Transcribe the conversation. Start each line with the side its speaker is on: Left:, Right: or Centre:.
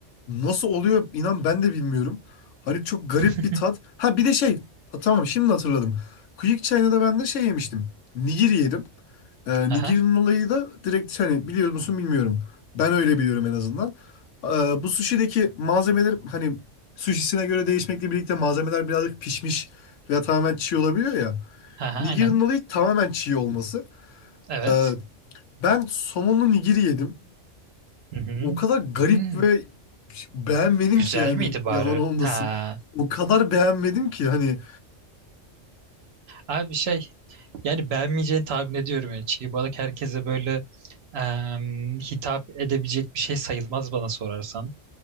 Left: nasıl oluyor inan ben de bilmiyorum. Hani çok garip
Right: <laughs>
Left: bir tat. Ha bir de şey ha, tamam şimdi hatırladım. Quick China'da ben de şey yemiştim. Nigiri yedim. Ee,
Right: Aha.
Left: nigirinin olayı da direkt hani biliyor musun bilmiyorum. Ben öyle biliyorum en azından. Ee, bu sushi'deki malzemeler hani sushi'sine göre değişmekle birlikte malzemeler birazcık pişmiş veya tamamen çiğ olabiliyor ya.
Right: Aha.
Left: Nigirinin
Right: Aynen.
Left: olayı tamamen çiğ olması.
Right: Evet.
Left: Ee, ben somonlu nigiri yedim.
Right: Hı hı.
Left: O kadar garip
Right: Hmm.
Left: ve beğenmedim
Right: Güzel
Left: ki yani
Right: miydi bari?
Left: yalan olmasın.
Right: Ha.
Left: O kadar beğenmedim ki hani
Right: Abi şey yani beğenmeyeceğini tahmin ediyorum. Yani çiğ balık herkese böyle em, hitap edebilecek bir şey sayılmaz bana sorarsan.